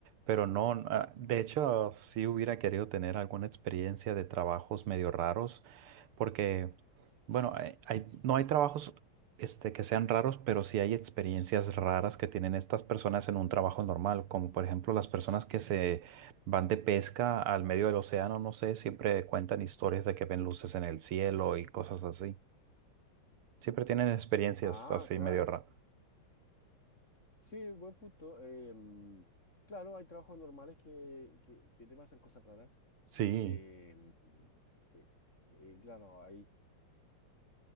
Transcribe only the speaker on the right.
pero no, ah, de hecho sí hubiera querido tener alguna experiencia de trabajos medio raros, porque, bueno, hay- hay- no hay trabajos este, que sean raros, pero sí hay experiencias raras que tienen estas personas en un trabajo normal, como por ejemplo las personas que se Van de pesca al medio del océano, no sé, siempre cuentan historias de que ven luces en el cielo y cosas así. Siempre tienen experiencias
así
medio raras.
Sí,